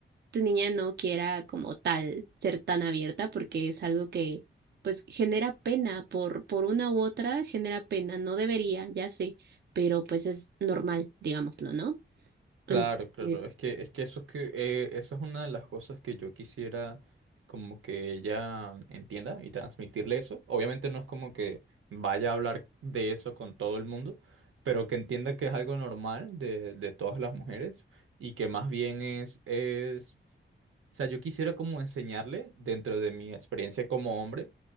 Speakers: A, on the right (about 55°); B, on the right (about 80°).
A: tu niña no quiera como tal ser tan abierta porque es algo que pues genera pena por por una u otra, genera pena, no debería, ya sé, pero pues es normal, digámoslo, ¿no?
B: Claro,
A: Entonces,
B: claro, es que, es que eso es que, eh, eso es una de las cosas que yo quisiera como que ella entienda y transmitirle eso. Obviamente no es como que vaya a hablar de eso con todo el mundo, pero que entienda que es algo normal de, de todas las mujeres y que más bien es, es O sea, yo quisiera como enseñarle, dentro de mi experiencia como hombre,